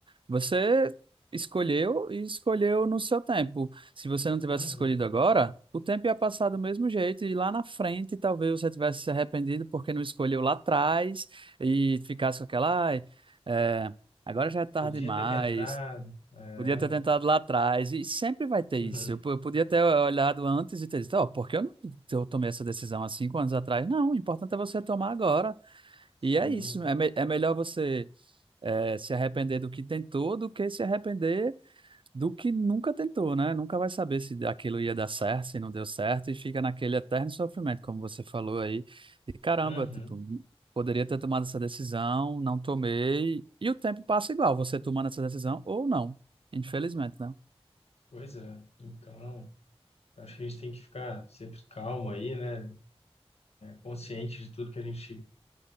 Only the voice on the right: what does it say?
Você escolheu e escolheu no seu tempo. Se você não tivesse
escolhido agora, o tempo ia passar do mesmo jeito e lá na frente talvez você tivesse se arrependido porque não escolheu lá atrás e ficasse com aquela, ai, é, agora já é tarde
demais.
Podia ter tentado lá atrás, e sempre vai ter isso.
Eu, po- eu podia ter olhado antes e ter dito, ó, por que eu não eu tomei essa decisão há cinco anos atrás? Não, o importante é você tomar agora.
E é isso. É, me- é melhor você é, se arrepender do que tentou do que se arrepender do que nunca tentou, né? Nunca vai saber se aquilo ia dar certo, se não deu certo, e fica naquele eterno sofrimento, como você falou aí, de caramba,
tipo, poderia ter tomado essa decisão, não tomei, e o tempo passa igual, você tomando essa decisão ou não, infelizmente, né?